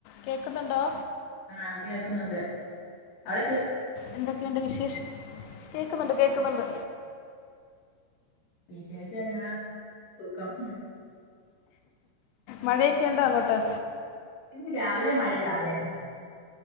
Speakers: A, on the left; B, on the left.
A: കേക്ന്ന്ണ്ടോ
B: ആഹ് കേൾക്നുണ്ട് അ
A: എന്തൊക്കെ ഉണ്ട് വിശേഷം കേക്ന്ന്ണ്ട് കേക് ക്ന്ന്ണ്ട്
B: വിശേഷന്നാ സുഖം
A: മഴയൊക്കെ ഇണ്ടോ അങ്ങോട്ട്
B: ഇന്ന് രാവിലെ മഴ ചാറിയായ്രുന്നു